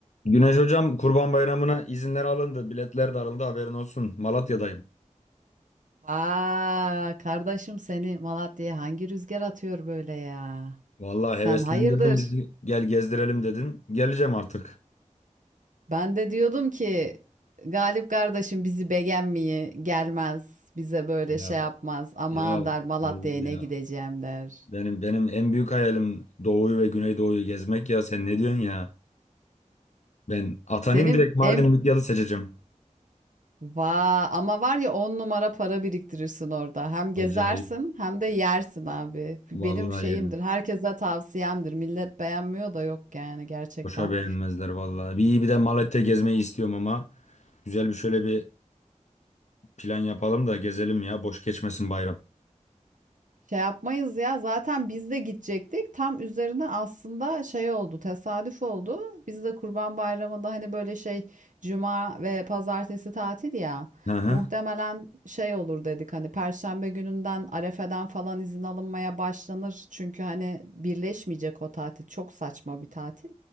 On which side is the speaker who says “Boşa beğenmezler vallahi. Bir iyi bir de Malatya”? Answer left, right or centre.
Left